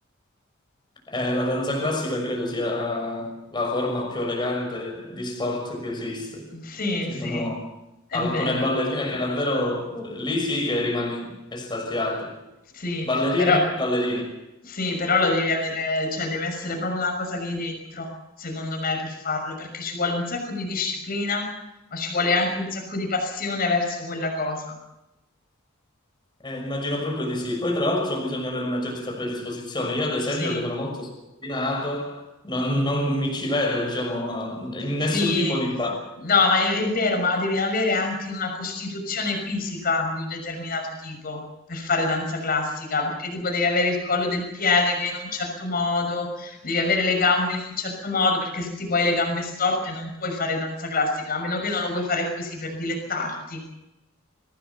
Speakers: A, on the left; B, on the left.
A: Eh, la danza classica credo sia la forma più elegante di sport che esiste.
B: Sì,
A: Ci
B: sì,
A: sono
B: è
A: alcune
B: vero.
A: ballerine che davvero eh, lì sì che rimani estasiato.
B: Sì,
A: Ballerine
B: però,
A: e ballerine.
B: sì, però lo devi avere, cioè deve essere proprio una cosa che hai dentro, secondo me, per farlo, perché ci vuole un sacco di disciplina, ma ci vuole anche un sacco di passione verso quella cosa.
A: Eh, immagino proprio di sì. Poi, tra l'altro, bisogna avere una certa predisposizione. Io, ad esempio,
B: Sì,
A: che sono molto scombinato, non, non mi ci vedo, diciamo, in nessun
B: Sì,
A: tipo di ballo.
B: no, ma è, è vero, ma devi avere anche una costituzione fisica di un determinato tipo per fare danza classica, perché tipo devi avere il collo del piede che è in un certo modo, devi avere le gambe in un certo modo, perché se tipo hai le gambe storte non puoi fare danza classica, a meno che non lo vuoi fare così per dilettarti.